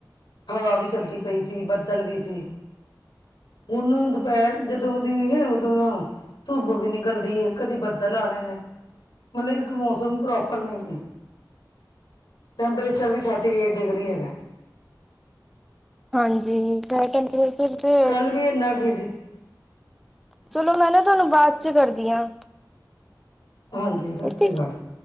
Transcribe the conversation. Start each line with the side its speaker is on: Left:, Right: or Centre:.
Left: ਹਵਾ ਵੀ ਚੱਲਦੀ ਪਈ ਸੀ ਬੱਦਲ ਵੀ ਸੀ। ਹੁਣ ਦੁਪਹਿਰ ਜਦੋਂ ਦੀ ਹੈ ਉਦੋਂ ਦਾ, ਧੁੱਪ ਵੀ ਨਿਕਲਦੀ ਏ ਕਦੀ ਬੱਦਲ ਆ ਰਹੇ ਨੇ, ਮਤਲਬ ਇੱਕ ਮੌਸਮ ਪ੍ਰੋਪਰ ਨਹੀਂ, ਟੈਂਪਰੇਚਰ ਵੀ ਥਰਟੀ ਏਟ ਡਿਗਰੀ ਹੈਗਾ।
Centre: ਹਾਂਜੀ, ਸ਼ ਟੈਂਪਰੇਚਰ ਤੇ
Left: ਕੱਲ ਵੀ ਇੰਨਾ ਕੀ ਸੀ
Centre: ਚਲੋ ਮੈਂ ਨਾ ਤੁਹਾਨੂੰ ਬਾਅਦ ਚ ਕਰਦੀ ਹਾਂ।
Left: ਹਾਂਜੀ
Centre: ਸਤਿ
Left: ਸ੍ਰੀ ਅਕਾਲ